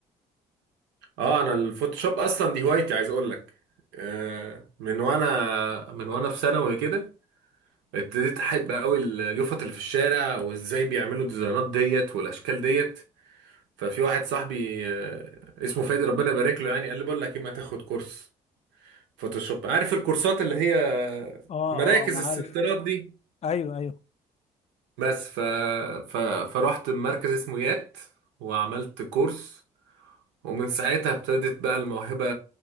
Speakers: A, on the right; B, on the left.
A: اه انا الفوتوشوب اصلا دي هوايتي عايز اقول لك آه، من وانا من وانا في ثانوي كده ابتديت احب قوي اليوفط اللي في الشارع وازاي بيعملوا الديزاينات ديت والاشكال ديت ففي واحد صاحبي آه، اسمه فادي ربنا يبارك له يعني قال لي بقول لك ايه ما تاخد كورس فوتوشوب عارف الكورسات اللي هي
B: اه
A: مراكز
B: اه انا
A: السنترات
B: عارف
A: دي
B: ايوه ايوه
A: بس ف... ف... فرحت مركز اسمويات وعملت كورس ومن ساعتها ابتدت بقى الموهبة